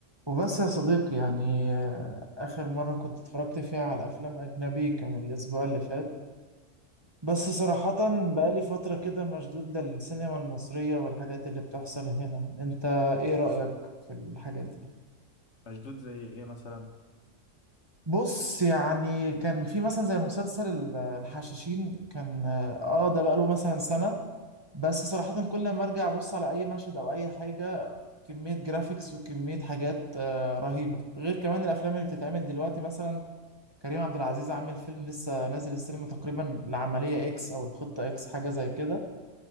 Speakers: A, on the right; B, on the left.
A: وبس يا صديقي يعني آه، آخر مرة كنت اتفرجت فيها على أفلام أجنبي كان الأسبوع اللي فات بس صراحة بقالي فترة كده مشدود للسينما المصرية والحاجات اللي بتحصل هنا أنت إيه رأيك في الحاجات دي؟
B: مشدود زي ايه مثلا
A: بص يعني كان في مثلا زي مسلسل ال- الحشاشين كان آه ده بقاله مثلا سنة بس صراحة كل ما أرجع أبص على أي مشهد أو أي حاجة كمية جرافيكس وكمية حاجات آه، رهيبة غير كمان الأفلام اللي بتتعمل دلوقتي مثلا كريم عبد العزيز عامل فيلم لسه نازل السينما تقريبا العملية اكس او الخطة اكس حاجة زي كده